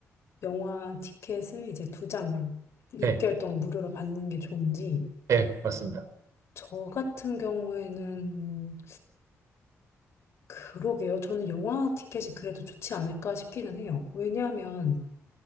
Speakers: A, on the left; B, on the right.
A: 영화 티켓을 이제 두 장을 6개월
B: 예,
A: 동안 무료로 받는 게 좋은지
B: 예, 맞습니다.
A: 저 같은 경우에는 음, 그러게요. 저는 영화 티켓이 그래도 좋지 않을까 싶기는 해요. 왜냐하면